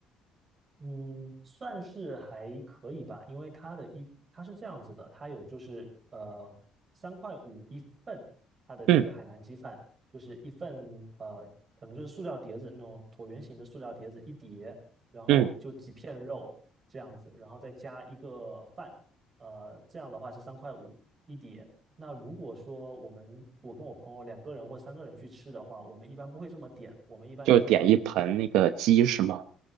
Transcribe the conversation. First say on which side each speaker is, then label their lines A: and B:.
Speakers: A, on the right; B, on the right.
A: 嗯，算是还可以吧，因为它的一它是这样子的，它有就是呃三块五一份，它的这个海南鸡饭就是一份呃可能就是塑料碟子那种椭圆形的塑料碟子一碟，
B: 嗯
A: 然后就几片肉这样子，
B: 嗯，
A: 然后再加一个饭，呃这样的话是三块五一碟。那如果说我们我跟我朋友两个人或三个人去吃的话，我们一般不会这么点，我们一般就是点
B: 就点一盆那个鸡是吗？